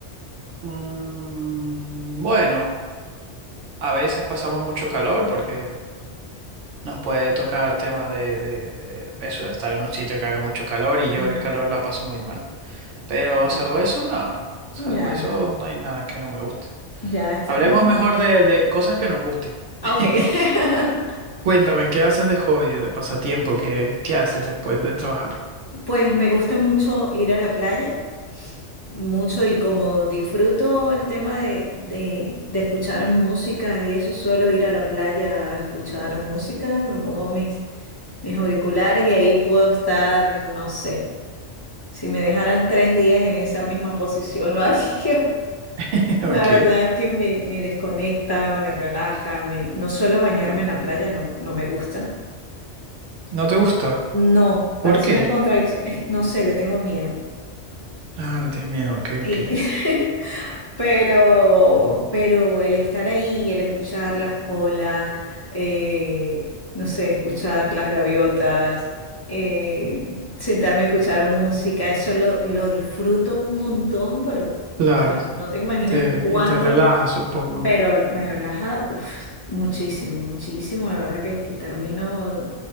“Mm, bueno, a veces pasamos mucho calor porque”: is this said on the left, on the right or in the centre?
Right